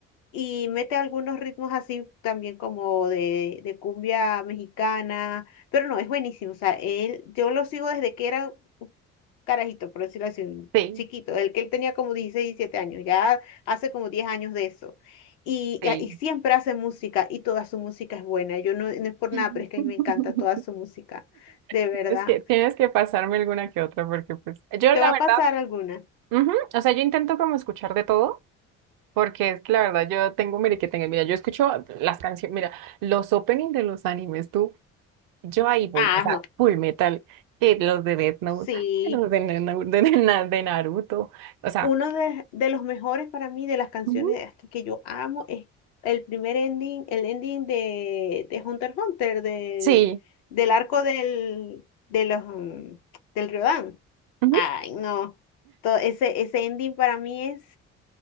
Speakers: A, on the left; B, on the right.
A: y mete algunos ritmos así también como de, de cumbia mexicana, pero no, es buenísimo, o sea, él, yo lo sigo desde que era un carajito, por decirlo así, un
B: sí,
A: chiquito, el que él tenía como 16 17 años, ya hace como 10 años de eso. Y,
B: sí.
A: y, y siempre hace música y toda su música es buena. Yo no, no es por
B: <laughs>
A: nada, pero es que a mí me encanta toda su música, de verdad.
B: Tienes que, tienes que pasarme alguna que otra porque pues yo
A: ¿Te
B: la
A: va
B: verdad
A: a pasar alguna?
B: Ujú, O sea, yo intento como escuchar de todo, porque es que la verdad yo tengo, mire que tengo, mira, yo escucho las canciones, mira, los openings de los animes, tú, yo ahí voy,
A: Ah,
B: o sea,
A: no.
B: Full Metal, que los de Death Note,
A: Sí.
B: <laughs> que los de, Nana- de, Nana- de Naruto, o sea,
A: Uno de, de los mejores para mí de las canciones
B: ujú,
A: de Aska que yo amo es el primer ending, el ending de, de Hunter x Hunter, del,
B: sí,
A: del arco del, de los, mm, del Riodán.
B: ujú,
A: Ay, no. To- ese, ese ending para mí es,